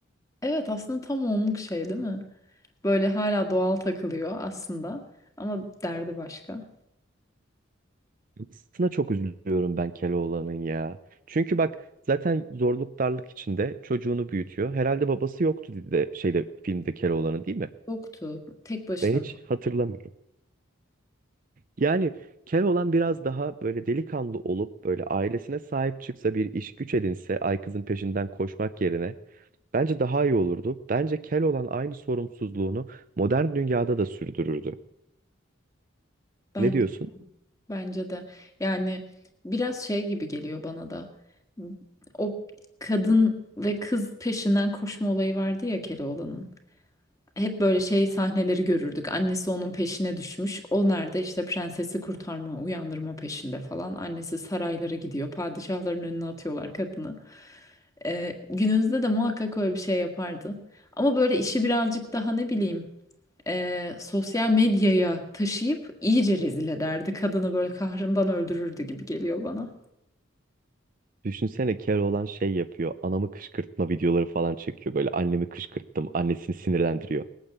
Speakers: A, on the left; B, on the right.
A: Evet aslında tam onluk şey değil mi? Böyle hala doğal takılıyor aslında ama derdi başka.
B: Aslında çok üzülüyorum ben Keloğlan'ın ya. Çünkü bak zaten zorluk darlık içinde çocuğunu büyütüyor. Herhalde babası yoktu dedi de şeyde filmde Keloğlan'ın değil mi?
A: Yoktu. Tek başına.
B: Ben hiç hatırlamıyorum. Yani Keloğlan biraz daha böyle delikanlı olup böyle ailesine sahip çıksa bir iş güç edinse Aykız'ın peşinden koşmak yerine bence daha iyi olurdu. Bence Keloğlan aynı sorumsuzluğunu modern dünyada da sürdürürdü.
A: Ben
B: Ne diyorsun?
A: Bence de yani biraz şey gibi geliyor bana da o kadın ve kız peşinden koşma olayı vardı ya Keloğlan'ın. Hep böyle şey sahneleri görürdük. Annesi onun peşine düşmüş. O nerede? İşte prensesi kurtarma, uyandırma peşinde falan. Annesi saraylara gidiyor. Padişahların önüne atıyorlar kadını. Ee, günümüzde de muhakkak öyle bir şey yapardı. Ama böyle işi birazcık daha ne bileyim e, sosyal medyaya taşıyıp iyice rezil ederdi. Kadını böyle kahrından öldürürdü gibi geliyor bana.
B: Düşünsene Keloğlan şey yapıyor. Anamı kışkırtma videoları falan çekiyor. Böyle annemi kışkırttım, annesini sinirlendiriyor.